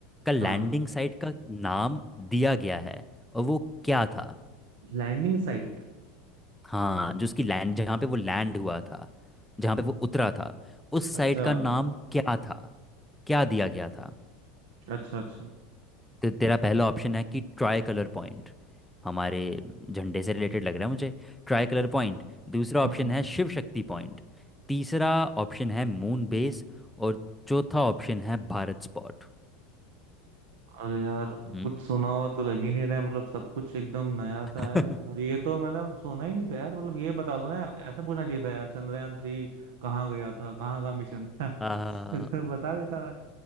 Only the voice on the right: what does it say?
हाँ
लैंडिंग साइट
अच्छा
अच्छा अच्छा
हाँ
अरे यार
कुछ सुना हुआ तो लग ही नहीं रहा है मतलब सब कुछ एकदम नया
सा है और ये तो मैंने सुना ही नहीं था यार मतलब ये बता दो ना ऐसा पूछना चाहिए था यार चंद्रयान थ्री कहाँ गया था कहाँ का मिशन था <laughs>
ऐसा बता देता मैं